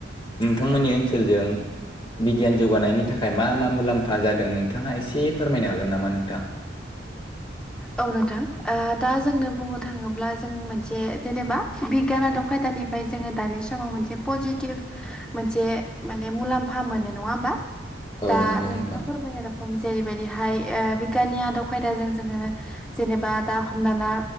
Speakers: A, on the left (about 25°); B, in the centre.
A: नोंथांमोननि ओनसोलजों बिगियान जौगानायनि थाखाय मा मा मुलाम्फा जादों नोंथाङा एसे फोरमायनो हागोन नामा नोंथां?
B: औ नोंथां। ओ दा जोंनो बुंनो थाङोब्ला जों मोनसे जेनेबा बिगियान आदब खायदानिफ्राय जोङो दानि समाव मोनसे पजिटिभ मोनसे माने मुलाम्फा मोनो नङा होमबा?
A: औ
B: दा
A: नंगौ
B: नोंथाङा
A: नोंथां
B: फोरमायनाय रोखम जेरैबायदिहाय बिगियाननि आदब खायदाजों जोङो जेनेबा दा हमना ला